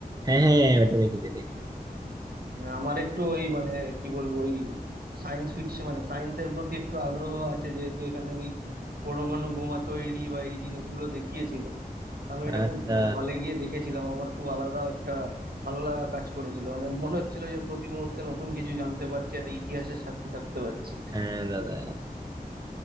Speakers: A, on the right; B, on the right.
A: হ্যাঁ হ্যাঁ ওটা দেখেছি দেখি
B: হ্যাঁ, আমার একটু ওই মানে কি বলবো ওই সায়েন্স ফিকশন মানে সায়েন্সের প্রতি একটু আগ্রহ আছে যেহেতু এখানে ওই পরমাণু বোমা তৈরি বা এই জিনিসগুলো দেখিয়েছিল আমি এটা
A: আচ্ছা
B: খুব মানে হলে গিয়ে দেখেছিলাম আমার খুব আলাদা একটা ভালো লাগা কাজ করেছিল মানে মনে হচ্ছিল যে প্রতি মুহূর্তে নতুন কিছু জানতে পারছি আর ইতিহাসের সাক্ষী থাকতে পারছি
A: হ্যাঁ দাদা